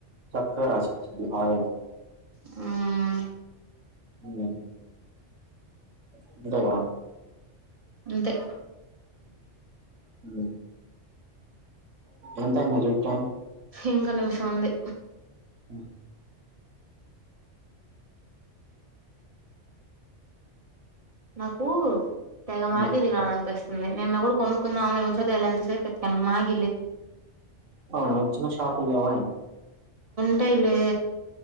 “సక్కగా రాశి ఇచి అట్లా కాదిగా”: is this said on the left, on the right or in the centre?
Right